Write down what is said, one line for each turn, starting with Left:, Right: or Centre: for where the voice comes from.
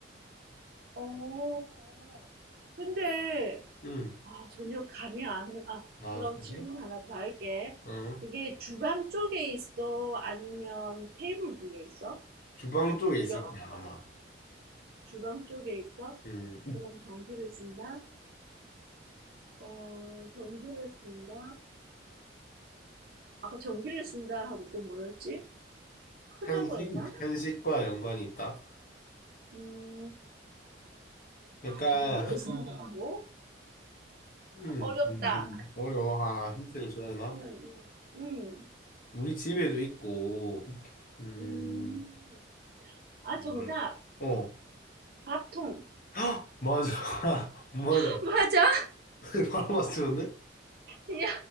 Right: 어, 근데,
Left: 응.
Right: 아, 전혀 감이 안, 아,
Left: 아,
Right: 그럼
Left: 그래?
Right: 질문 하나 더 할게.
Left: 어.
Right: 그게 주방 쪽에 있어? 아니면 테이블 쪽에 있어?
Left: 주방 쪽에 있을
Right: 이거
Left: 거야, 아마.
Right: 주방 쪽에 있어?
Left: 음,
Right: 그럼 전기를 쓴다? 어, 전기를 쓴다? 아까 전기를 쓴다 하고 또 뭐였지? 크다고
Left: 한식,
Right: 했나?
Left: 한식과 연관이 있다.
Right: 음, 아,
Left: 약간,
Right: 전기를 쓴다고?
Left: 음,
Right: 어렵다.
Left: 되게 어려워. 아, 힌트를 줘야 되나?
Right: 음. 음,
Left: 우리 집에도 있고, 음,
Right: 음, 음. 아, 정답.
Left: 뭐랄, 어,
Right: 밥통.
Left: 헉! 맞아. <laughs> 맞아.
Right: <laughs> 맞아?
Left: <laughs> 바로 맞추는데?
Right: 이야,